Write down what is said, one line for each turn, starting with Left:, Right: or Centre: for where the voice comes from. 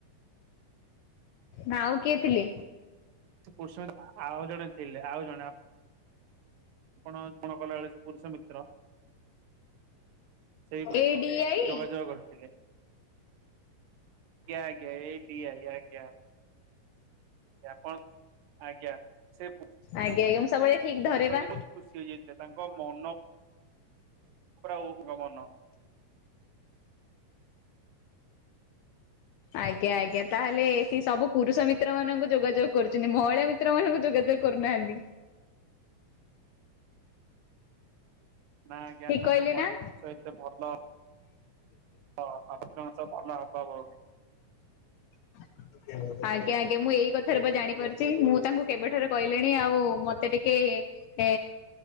Left: ନାଁ ଆଉ କିଏ ଥିଲେ?
Right: ମୋ ସହିତ ଆ ଆଉ ଜଣେ ଥିଲେ, ଆଉ ଜଣେ ଆ ଆପଣ କଣ କଲାବେଳେ ପୁରୁଷ ମିତ୍ର। ସେହି
Left: ଏ ଡି ଆଇ
Right: ଯୋଗାଯୋଗ କରିଥିଲେ। ଆଜ୍ଞା ଆଜ୍ଞା ଏଇ ଦି ଆଇ। ଜ୍ଞାପଣ ଆଜ୍ଞା ସେ ପୁ
Left: ଆଜ୍ଞା ଆଜ୍ଞା ମୁଁ ସବୁବେଳେ ଠିକ ଧରେ
Right: ପୁରୁଷ
Left: ବା।
Right: ମି ବି ବହୁତ ଖୁସି ହେଇଯାଇଥିଲେ ତାଙ୍କ ମନ ପୁରା ଉଗ ମନ।
Left: ଆଜ୍ଞା ଆଜ୍ଞା ତାହେଲେ ସେ ସବୁ ପୁରୁଷ ମିତ୍ର ମାନଙ୍କୁ ଯୋଗାଯୋଗ କରୁଛନ୍ତି ମହିଳା ମି ତ୍ର ମାନଙ୍କୁ ଯୋଗାଯୋଗ କରୁନାହାନ୍ତି।
Right: ନାଁ ଜ୍ଞାନଙ୍କ
Left: ଠିକ କହିଲି
Right: ମଳିଙ୍କ
Left: ନା?
Right: ସହିତ ଭଲ। ଅ ଅ ଆ କାର୍ତ୍ତିକ ମାସ <unintelligible>
Left: ହ ଆଜ୍ଞା ଆଜ୍ଞା ମୁଁ ଏଇ କଥାରେ ବା ଜାଣି ପାରୁଛି ମୁଁ ତାଙ୍କୁ କେବେଠାରୁ କହିଲିଣି ଆଉ ମତେ ଟିକେ ଏ